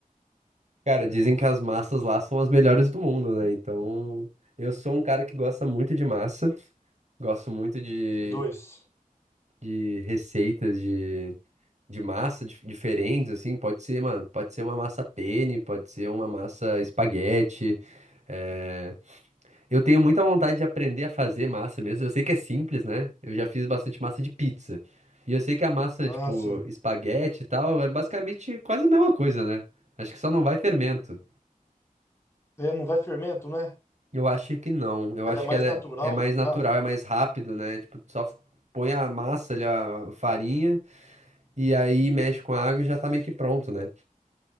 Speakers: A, on the right (about 50°); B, on the left (about 20°).
A: Cara, dizem que as massas lá são as melhores do mundo, né? Então, eu sou um cara que gosta muito de massa, gosto muito de,
B: dois.
A: de receitas de, de massa dif- diferentes, assim. Pode ser uma, pode ser uma massa penne, pode ser uma massa espaguete. eh, Eu tenho muita vontade de aprender a fazer massa mesmo. Eu sei que é simples, né? Eu já fiz bastante massa de pizza. E eu sei que a massa,
B: Ah,
A: tipo,
B: sim.
A: espaguete e tal, é basicamente quase a mesma coisa, né? Acho que só não vai fermento.
B: É, não vai fermento, né?
A: Eu acho que não. Eu
B: Ela
A: acho
B: é mais
A: que ela
B: natural,
A: é, é mais
B: no caso.
A: natural, é mais rápido, né? Tipo, tu só põe a massa ali, a farinha, e aí mexe com a água e já tá meio que pronto, né?